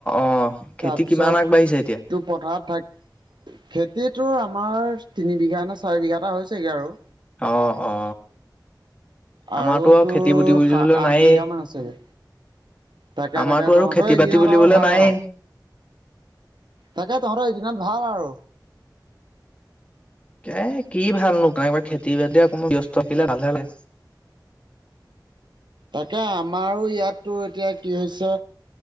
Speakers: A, on the left; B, on the right.
A: অ খেতি
B: তাৰপিছত
A: কিমান আগবাঢ়িছে এতিয়া
B: তোক পথাৰত থাক খেতিটোৰ আমাৰ তিনি বিঘা নে চাৰি বিঘাএটা হৈছেগে আৰু
A: অ অ,
B: আৰু
A: আমাৰতো
B: তোৰ
A: খেতি বুতি বুলিবলৈ
B: সা আঠ
A: নায়েই
B: বিঘা মান আছেগে। তাকে
A: আমাৰতো
B: তাকে
A: আৰু
B: তহঁতৰ
A: খেতি
B: এইকেইদিনত
A: বাতি বুলিবলৈ
B: আৰু ভাল
A: নায়েই
B: আৰু তাকে তহঁতৰ এইকেইদিনত ভাল আৰু
A: এ কি ভালনো খেতি বাতি অকণমান ব্যস্ত থাকিলে ভালহে লাগে।
B: তাকে আমাৰো ইয়াতো এতিয়া কি হৈছে।